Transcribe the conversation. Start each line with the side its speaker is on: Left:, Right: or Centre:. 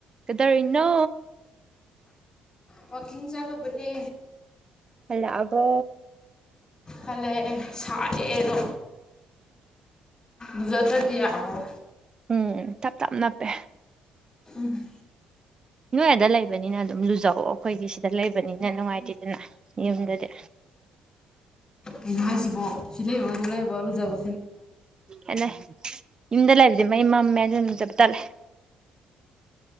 Right: ꯀꯗꯔꯣ ꯏꯟꯅꯣ
Left: ꯋꯥꯋꯥꯛꯀꯤꯡ ꯆꯥꯂꯨꯕꯅꯦ
Right: ꯍꯜꯂꯣ ꯑꯕꯣ
Left: ꯍꯜꯂꯛꯑ ꯑꯦ ꯁꯥꯏꯑꯦꯗꯣ ꯎꯖꯗ꯭ꯔꯗꯤ ꯌꯥꯔꯣꯏ
Right: ꯎꯝ ꯇꯞ ꯇꯞꯅꯞ ꯄꯦ
Left: ꯎꯝ
Right: ꯅꯣꯏ ꯑꯗ ꯂꯩꯕꯅꯤꯅ ꯑꯗꯨꯝ ꯂꯨꯖꯑꯣ ꯑꯩꯈꯣꯏꯒꯤ ꯁꯤꯗ ꯂꯩꯕꯅꯤꯅ ꯅꯨꯡꯉꯥꯏꯇꯦꯗꯅ ꯌꯨꯝꯗꯗꯤ
Left: ꯑꯩꯅ ꯍꯥꯏꯁꯤꯕꯣ ꯁꯤ ꯂꯩꯔꯗꯣ ꯂꯩ ꯣꯖꯕ
Right: ꯑꯦꯟꯅ ꯌꯨꯝꯗ ꯂꯩꯕꯗꯤ ꯃꯩ ꯃꯝꯃꯦ ꯑꯗꯨ ꯑꯗꯨꯝ ꯆꯞ ꯇꯠꯂꯦ